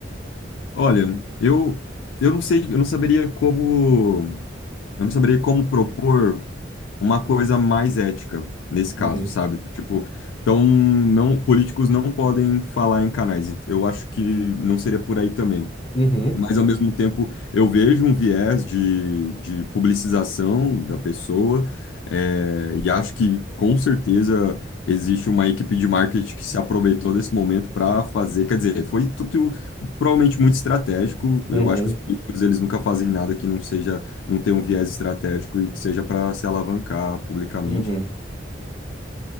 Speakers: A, on the left; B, on the left.
A: Olha, eu, eu não sei, eu não saberia como, eu não saberia como propor uma coisa mais ética nesse caso,
B: Uhum.
A: sabe? Tipo, então não, políticos não podem falar em canais. Eu acho que não seria por aí também.
B: Uhum.
A: Mas, ao mesmo tempo, eu vejo um viés de, de publicização da pessoa, eh, e acho que, com certeza, existe uma equipe de marketing que se aproveitou desse momento para fazer. Quer dizer, foi tudo provavelmente muito estratégico. Eu
B: Uhum,
A: acho que os políticos eles nunca fazem nada que não seja, não tenha um viés estratégico e que seja para se alavancar publicamente.
B: uhum.